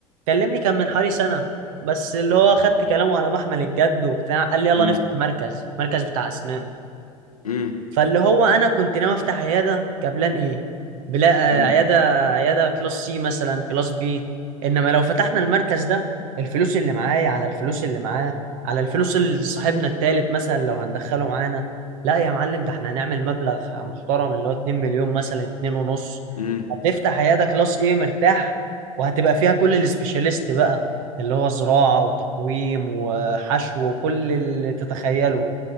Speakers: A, on the right; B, on the left.
A: كلمني كان من حوالي سنه بس اللي هو خدت كلامه على محمل الجد وبتاع قال لي يلا
B: امم
A: نفتح مركز مركز بتاع اسنان
B: امم
A: فاللي هو انا كنت ناوي افتح عياده كبلان ايه بلا
B: امم
A: آه، عياده عياده كلاس سي مثلا كلاس بي انما لو فتحنا المركز ده الفلوس اللي معايا على الفلوس اللي معاه على الفلوس اللي صاحبنا التالت مثلا لو هندخله معانا لا يا معلم ده احنا هنعمل مبلغ محترم اللي هو 2 مليون مثلا 2 ونص
B: امم
A: هتفتح عياده كلاس ايه مرتاح وهتبقى فيها كل السبيشاليست بقى اللي هو زراعه وتقويم وحشو وكل اللي تتخيله